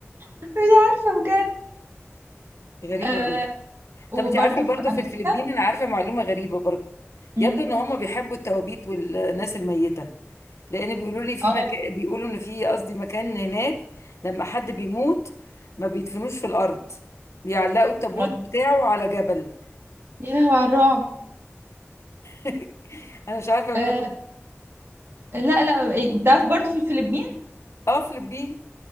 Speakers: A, on the right; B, on the left.
A: مش عارفة بجد
B: غريبه
A: آه
B: قوي
A: وبرضه
B: طب انت عارفه
A: في
B: برضو
A: أمريكا
B: في الفلبين انا عارفه معلومه غريبه برضو
A: مم.
B: يبدو ان هم بيحبوا التوابيت والناس الميته لان بيقولوا لي في
A: اه
B: مكان بيقولوا ان في قصدي مكان هناك لما حد بيموت ما بيدفنوش في الارض بيعلقوا التابوت
A: ما-
B: بتاعه على جبل
A: يا لهوي على الرعب
B: <laughs> انا مش عارفه
A: آه
B: ما...
A: لا لا إيه، ده برضه في الفلبين
B: اه فلبين